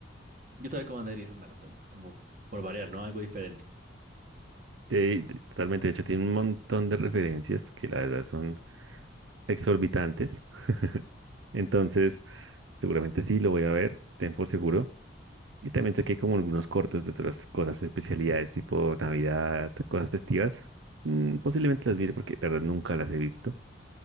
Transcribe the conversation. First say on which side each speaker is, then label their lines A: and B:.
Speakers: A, on the right; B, on the right.
A: yo te recomendaría esa maratón, como por variar, ¿no? Algo diferente.
B: Sí, de- totalmente. De hecho, tiene un montón de referencias que la verdad son exorbitantes. Entonces, seguramente sí, lo voy a ver, ten por seguro. Y también sé que hay como algunos cortos de otras cosas, especialidades tipo Navidad, cosas festivas. Mm, posiblemente las mire porque la verdad nunca las he visto.